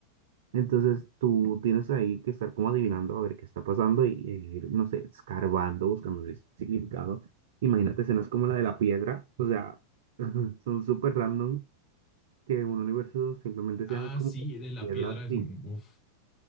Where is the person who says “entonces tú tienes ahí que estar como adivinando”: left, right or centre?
Right